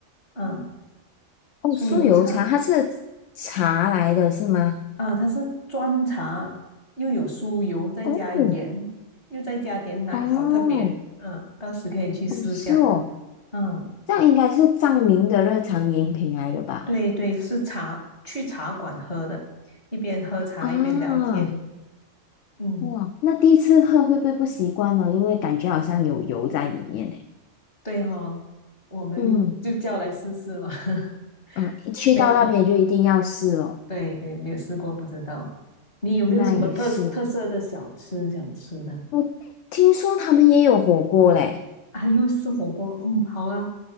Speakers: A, on the left; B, on the left.
A: 啊，
B: 哦，
A: 酥油茶
B: 酥油茶它是茶来的是吗？
A: 啊，它是砖茶，又有酥油，再加盐，
B: 哦
A: 又再加点奶，
B: 哦
A: 好特别。嗯、到时可以去试下。
B: 哦是哦，
A: 嗯、
B: 这样应该是藏民的日常饮品来的吧？
A: 对对，是茶，去茶馆喝的，一边喝茶一边聊天。
B: 啊
A: 嗯，
B: 哇，那第一次喝会不会不习惯呢？因为感觉好像有油在里面呢。
A: 对哦，我们就叫来试试嘛。
B: 嗯
A: <laughs>
B: 嗯，一去到那边就一定要试哦。
A: 没有，嗯对对，没有试过，不知道。你有没有什么特特色的小吃想吃的？
B: 那也是，我听说他们也有火锅嘞。
A: 啊，又是火锅，嗯，好啊。